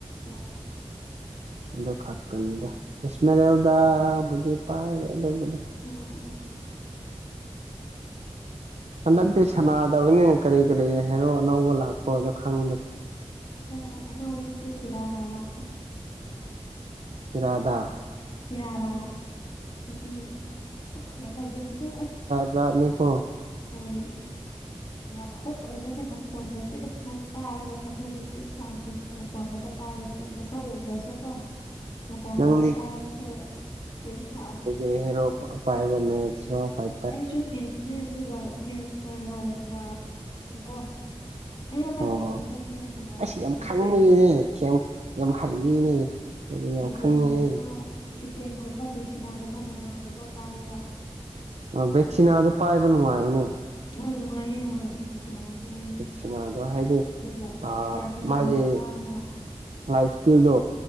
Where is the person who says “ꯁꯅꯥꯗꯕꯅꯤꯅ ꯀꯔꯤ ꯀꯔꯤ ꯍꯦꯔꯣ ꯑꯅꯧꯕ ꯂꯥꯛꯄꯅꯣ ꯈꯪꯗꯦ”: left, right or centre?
Right